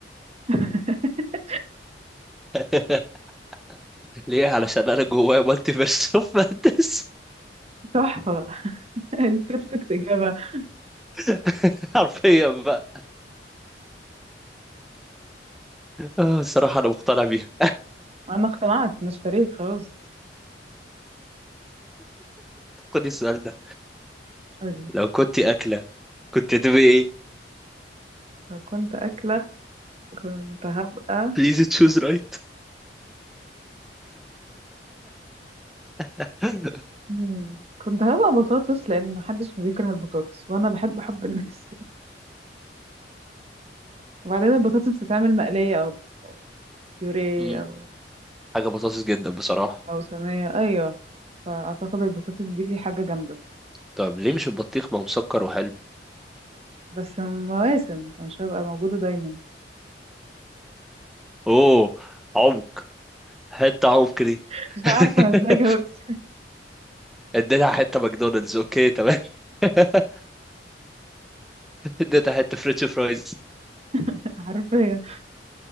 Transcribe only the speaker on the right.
<laughs>
تحفة البيرفكت إجابة <laughs>
أنا اقتنعت أنا اشتريت خلاص
قولي
لو كنت أكلة كنت هبقى
مم. كنت هبقى بطاطس لان محدش بيكره البطاطس وانا بحب حب الناس <laughs> وبعدين البطاطس بتتعمل مقليه او أو بيوريه
او
او صينيه ايوه فاعتقد البطاطس دي حاجه جامده
بس مواسم فمش هبقى موجوده دايما
<laughs> مش
عارفه أنا ازاي جاوبت
<laughs> حرفيا